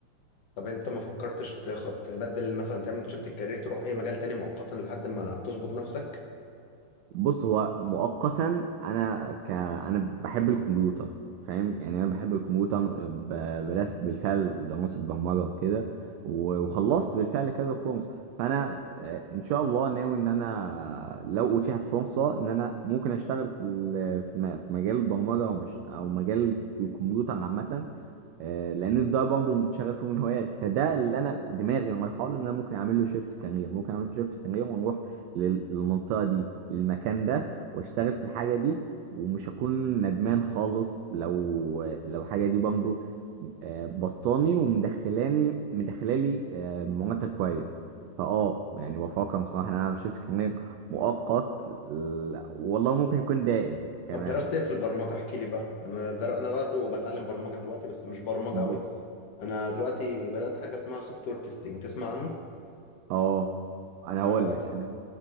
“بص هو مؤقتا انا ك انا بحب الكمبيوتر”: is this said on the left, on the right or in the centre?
Right